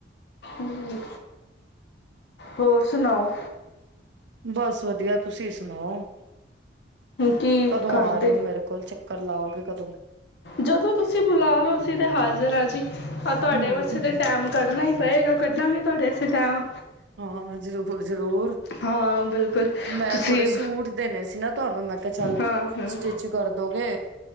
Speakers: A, on the left; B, on the right.
A: ਹੂੰ, ਹੋਰ ਸੁਣਾਓ।
B: ਬਸ ਵਧੀਆ ਤੁਸੀਂ ਸੁਣਾਓ?
A: ਕੀ
B: ਕਦੋਂ
A: ਕਰਦੇ
B: ਆ ਰਹੇ ਹੋ ਮੇਰੇ ਕੋਲ ਚੱਕਰ ਲਾਓਗੇ ਕਦੋਂ?
A: ਜਦੋਂ ਤੁਸੀਂ ਬੁਲਾ ਲਓ, ਅਸੀਂ ਤੇ ਹਾਜ਼ਰ ਹਾਂ ਜੀ ਆ ਤੁਹਾਡੇ
B: ਹੂੰ
A: ਵਾਸਤੇ ਤਾਂ ਟੈਮ ਕੱਢਣਾ ਹੀ ਪਏਗਾ ਕੱਢਾਂਗੇ। ਤੁਹਾਡੇ ਵਾਸਤੇ ਟਾਈਮ,
B: ਹਾਂ ਜ਼ਰੂਰ ਜ਼ਰੂਰ
A: ਹਾਂ ਬਿਲਕੁਲ
B: ਮੈਂ
A: ਤੁਸੀਂ
B: ਥੋੜੇ ਸੂਟ ਦੇਣੇ ਸੀ, ਨਾ ਤੁਹਾਨੂੰ ਮੈਂ ਮੈ ਕਿਹਾ ਚੱਲ
A: ਹਾਂ ਹਾਂ
B: ਸਟਿਚ ਕਰ ਦੋਗੇ।